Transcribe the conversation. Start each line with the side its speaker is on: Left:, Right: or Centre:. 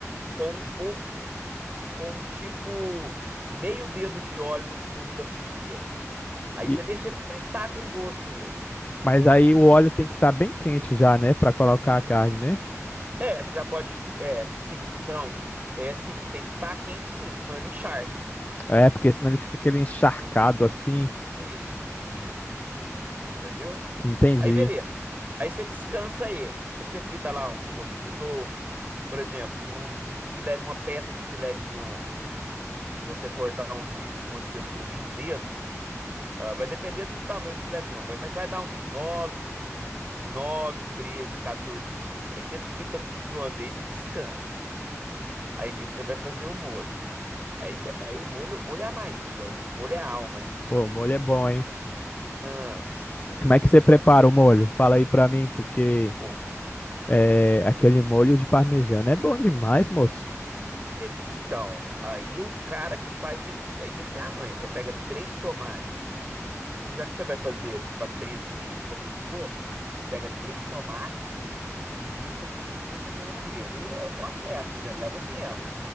Right: com um pouco, com um tipo meio dedo de óleo no fundo da frigideira. Aí
Left: E,
Right: você deixa ele fritar com gosto mesmo.
Left: mas aí o óleo tem que estar bem quente já, né, Pra colocar a carne, né?
Right: É, você já pode. É, sim, não. É, sim, tem que estar quente, sim, senão ele encharca.
Left: É, porque senão ele fica aquele encharcado assim.
Right: Isso, isso. Entendeu?
Left: Entendi.
Right: Aí beleza. Aí você descansa ele. Aí você frita lá, vamos supor, você fritou, por exemplo, um, um filé, uma peça de filé mignon. Se você cortar uns bifes com espessura de um dedo, Ah, vai depender do tamanho do filé mignon, vai- mas vai dar uns 9, 15, 9, 13, 14 bifes. Aí você frita tudo de uma vez e descansa. Aí nisso você vai fazer o molho. Aí você, aí o molho, o molho é a magia, hein? O molho é a alma, hein?
Left: Pô, o molho é bom, hein?
Right: Nossa senhora.
Left: Como é que você prepara o molho? Fala aí pra mim, porque
Right: Pô,
Left: é, aquele molho de parmegiana é bom demais, moço.
Right: então, aí o cara que faz tem que, aí tem que ter a manha. Você pega três tomates, Já que você vai fazer para 13 bits, vamos supor, você pega três tomates e deixa cozinhando ali. Ali é o processo, leva tempo.